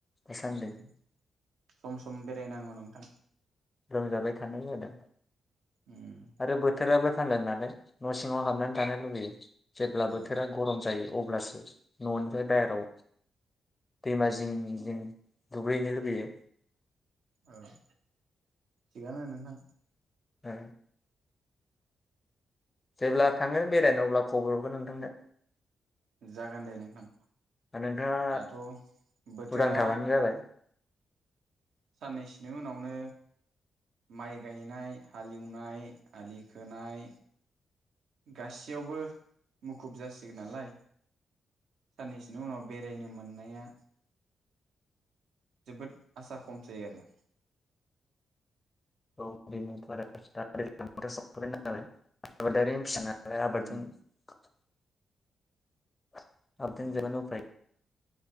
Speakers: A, on the left (about 25°); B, on the right (about 80°).
A: दासान्दि
B: ओम सम सम बेरायनांगौ नोंथां।
A: नुजाबाय थानाय जादों।
B: उम
A: आरो बोथोराबो। फानदों <unintelligible> नालाय न' सिङाव हाबनानै थानो लुुबैयो। जेब्ला
B: औ
A: बोथोरा गरम जायो। अब्लासो न'निफ्राय बायेराव दैमा जिं जिं दुगैहैनो लुुबैयो।
B: औ थिगानो नोंथां।
A: ओ। जेब्ला थांगोन बेरायनो अब्ला खबर हरगोन नोंथांनो।
B: जागोन दे नोंथां
A: नोंथाङा
B: दाथ' बोथोरा।
A: उदां थाबानो जाबाय
B: साननैसोनि उनावनो माइ गायनाय हालेवनाय आलि खोनाय गासैयावबो मुखुब जासिगोन नालाय साननैसोनि उनाव बेरायनो मोननाया। जोबोद आसा खम जायो आरो
A: औ <unintelligible> आबादारिनि फिसाना <unintelligible>
B: उम
A: <unintelligible> बेनिखायनो
B: औ